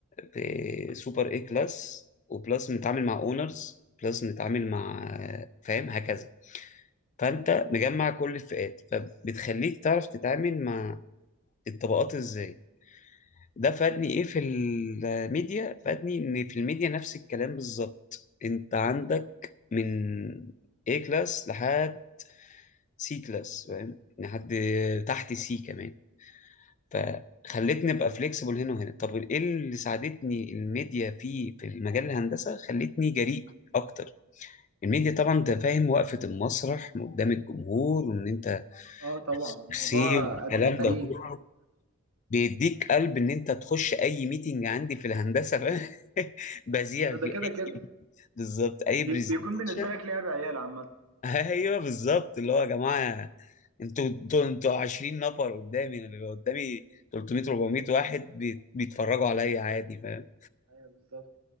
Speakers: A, on the left (about 35°); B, on the right (about 80°).
A: في سوبر اي كلاس وبلس بنتعامل مع اونرز بلس بنتعامل مع فاهم هكذا فانت مجمع كل الفئات فبتخليك تعرف تتعامل مع الطبقات ازاي ده فادني ايه في الميديا فادني ان في الميديا نفس الكلام بالظبط انت عندك من A كلاس لحد سي كلاس فاهم لحد تحت سي كمان فخلتني ابقى فليكسبل هنا وهنا طب ايه اللي ساعدتني الميديا في في المجال الهندسه خلتني جريء اكتر الميديا طبعا انت فاهم وقفه المسرح قدام الجمهور وان انت
B: اه طبعا موضوع
A: سي والكلام
B: ادرينالين
A: ده كله بيديك قلب ان انت تخش اي ميتنج عندي في الهندسه فاهم <laughs> بذيع في
B: ده كده
A: اي
B: كده
A: بالظبط اي برزنتيشن
B: بي- بيكون بالنسبة لك لعب عيال عامة
A: ايوه بالظبط اللي هو يا جماعه انتوا انتوا انتوا 20 نفر قدامي انا بيبقى قدامي 300 400 واحد بي- بيتفرجوا عليا عادي فاهم
B: ايوه بالظبط